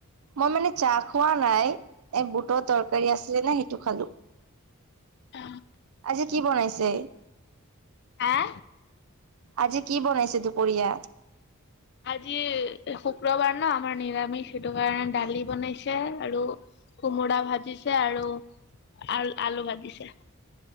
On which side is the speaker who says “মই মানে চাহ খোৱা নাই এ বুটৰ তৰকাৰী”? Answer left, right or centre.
Right